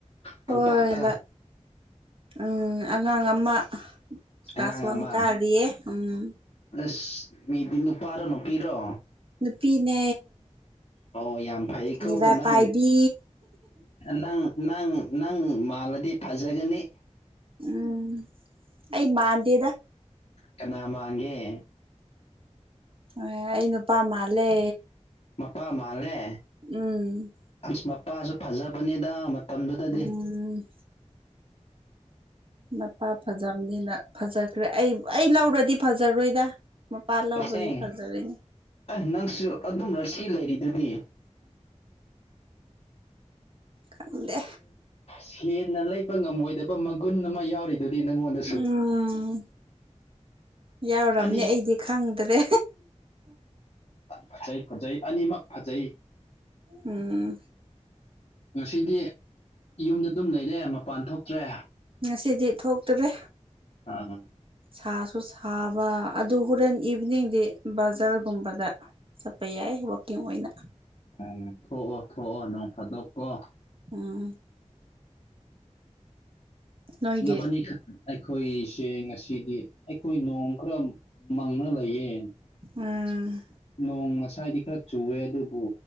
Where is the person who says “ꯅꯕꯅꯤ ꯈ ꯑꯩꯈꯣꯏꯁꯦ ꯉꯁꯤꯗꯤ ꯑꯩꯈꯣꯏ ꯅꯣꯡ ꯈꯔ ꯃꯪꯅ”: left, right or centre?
Left